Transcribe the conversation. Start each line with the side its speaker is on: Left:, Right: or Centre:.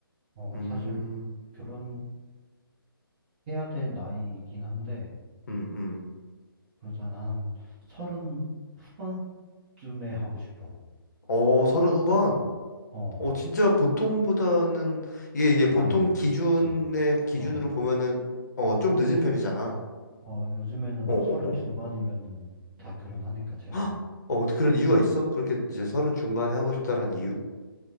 Right: 어, 근데
Left: 음,
Right: 사실 결혼해야 될 나이이긴 한데,
Left: 음, 음.
Right: 그래도 난 서른 후반쯤에 하고 싶어.
Left: 어, 서른 후반?
Right: 어,
Left: 어, 진짜 보통보다는 이게 이게 보통
Right: 많이 네.
Left: 기준의
Right: 늦지.
Left: 기준으로
Right: 어.
Left: 보면은 어, 좀 늦은 편이잖아.
Right: 어, 요즘에는
Left: 어,
Right: 뭐
Left: 어,
Right: 서른
Left: 어.
Right: 중반이면은 다 결혼하니까 최소.
Left: <gasps> 헉! 어, 근데 그런 이유가 있어? 그렇게 이제 서른 중반에 하고 싶다라는 이유?